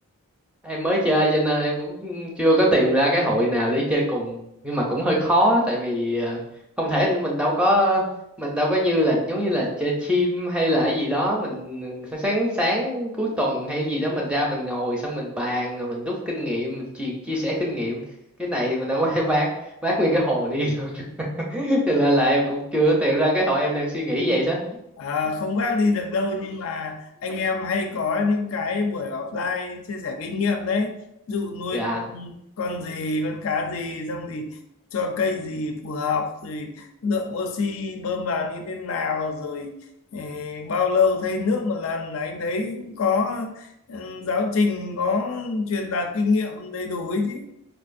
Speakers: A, in the centre; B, on the left.
A: em mới chơi cho nên em cũng chưa có tìm ra cái hội nào để chơi cùng nhưng mà cũng hơi khó tại vì ờ, không thể mình đâu có mình đâu có như là giống như là chơi team hay là cái gì đó mình sáng sáng cuối tuần hay gì đó mình ra mình ngồi xong mình bàn rồi mình rút kinh nghiệm mình chuyện chia sẻ kinh nghiệm cái này mình đâu có thể <laughs> vác vác nguyên cái hồ đi được <laughs> cho nên là em cũng chưa tìm ra cái hội em đang suy nghĩ vậy đó
B: À, không vác đi được đâu nhưng mà anh em hay có những cái buổi offline chia sẻ kinh nghiệm đấy ví dụ nuôi
A: dạ
B: con con gì con cá gì xong thì cho cây gì phù hợp rồi lượng oxy bơm vào như thế nào rồi eh, bao lâu thay nước một lần là anh thấy cũng có ừ, giáo trình có truyền đạt kinh nghiệm đầy đủ ấy chứ